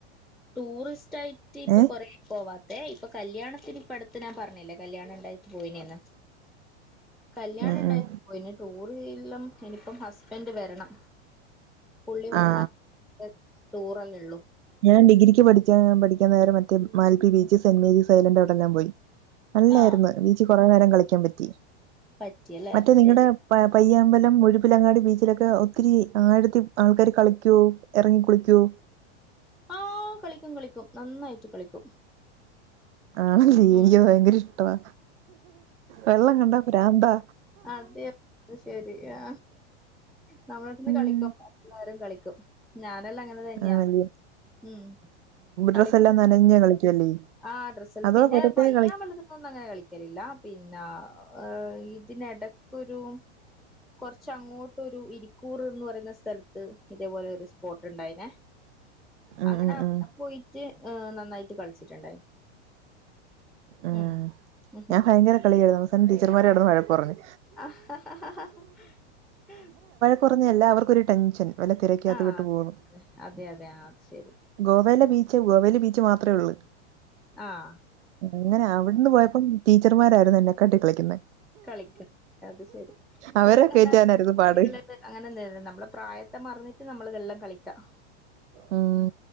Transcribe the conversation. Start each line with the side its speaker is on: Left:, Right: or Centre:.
Centre: ടൂറിസ്റ്റ് ആയിട്ട് ഇപ്പൊ.
Right: ഏ
Centre: കൊറേ. പോവാത്തെ. ഇപ്പൊ..... കല്യാണത്തിന് ഇപ്പ അടുത്ത് ഞാൻ പറഞ്ഞിലെ. കല്യാണണ്ടായി. പോയിനന്ന്.... കല്യാ
Right: ഉം
Centre: ണ്ടായി.
Right: ഉം
Centre: പോയിൻ ടൂറില്ലാം ഇനിപ്പം ഹസ്ബൻഡ് വരണം.... പുള്ളി വന്നാ
Right: ആ
Centre: വേ, ടൂറല്ലേ. ള്ളൂ...
Right: ഞാൻ ഡിഗ്രിക്ക് പഠിച്ച ആ. പഠികന്നേ രം മറ്റേ Malpe. Beach. Saint Mary's island. അവിടെല്ലാം പോയി... നല്ലാരാരുന്നു.
Centre: ആഹ്
Right: ബിച്ചി കുറേ നേരം കളിക്കാൻ. പറ്റി.
Centre: പറ്റിയല്ലേ
Right: മറ്റേ
Centre: അത്
Right: നിങ്ങളടെ.
Centre: ശരി
Right: പ. പയ്യ... അ അമ്പലം മുഴുപ്പിലങ്ങാടി ബീച്ചിലൊക്കെ <unintelligible> ഒത്തിരി ആഴത്തി ആൾക്കാര് കളിക്കുഒ. ഇറങ്ങി കുളിക്കുഒ....
Centre: ആഹ്, കളിക്കും. കളിക്കും. നന്നായിട്ട്. കളിക്കും....
Right: ആണല്ലീ.
Centre: ഉം
Right: എനിക്കി ഭയങ്കര ഇഷ്ടവാ വെള്ളം കണ്ട. പ്രാന്താ....
Centre: അത അത് ശരി ആ നമ്മളോവിടുന്ന് <unintelligible>
Right: ഉം
Centre: കളിക്കും എരും കളും <unintelligible> കും. ഞാനല്ലാം അങ്ങനെ തന്നെയാന്ന്
Right: ആണല്ലേ
Centre: ഉം, കളിക്ക.....
Right: ഡ്രസ്സെല്ലാം നനഞ്ഞ കളിക്കുവല്ലേ
Centre: ആ ഡ്രസ്സല്ലാം
Right: അതോ
Centre: പിന്നെ
Right: വെറുതെ
Centre: പയ്യാ.
Right: കളി
Centre: വലതന്ന <unintelligible> ഒന്നും അങ്ങനെ കളിക്കലില്ല പിന്നാം.... ആ. ഹ്. ഇതിനിടക്കൊരു.... കുറച്ച് അങ്ങോട്ട് ഒരു ഇരിക്കൂറ് ന്ന് പറയുന്ന സ്ഥലത്ത് ഇതേപോലെ ഒരു.... സ്പോട്ട് ഉണ്ടായിനെ
Right: ഉം
Centre: അങ്ങനെ
Right: ഉം
Centre: അവിടെ
Right: ഉം
Centre: പോയിട്ട്. ഹ്. നന്നായിട്ട് കളിച്ചിട്ടുണ്ടായി....
Right: ആ.
Centre: ഉം ഉം
Right: ഞാൻ ഫയങ്കര കളിയായിരുന്നു സം. ടീച്ചർന്മാർ എടന്ന് വഴക്കറഞ്ഞു...
Centre: ആ. ഹ. ഹ. ഹ. ഹ. ഹേ <unintelligible>
Right: കൊറഞ്ഞല്ല. ഏല്ലാവർക്കൊരു. ടെൻഷൻ.... വല്ല തിരക്കകത്ത്
Centre: ആഹ.
Right: പെട്ട്
Centre: അത.
Right: പോവോന്ന്
Centre: അതെ. അതെ. ആ, അത്. ശെരി.....
Right: ഗോവലെ ബീച്ച് ഗോവൽ ബീച്ച് മാത്രേ ഉള്ളൂ.
Centre: ആഹ്
Right: അങ്ങനെ അവിടുന്ന് പോയപ്പം.... ടീച്ചർമാരാരുന്നു എന്നെകാട്ടി കളിക്കുന്നേ...
Centre: കളിക്ക അത് ശരി
Right: അവരെ
Centre: വെള്ളം കണ്ടാ
Right: കേറ്റാനായിരുന്നു
Centre: അങ്ങനെ കുട്ടികള്
Right: പാട്
Centre: അങ്ങനെദേൽ നമ്മളെ പ്രായത്തെ മറന്നി ട്ട് നമ്മളിയൊല്ലാം കളിക്കാം
Right: ഉം,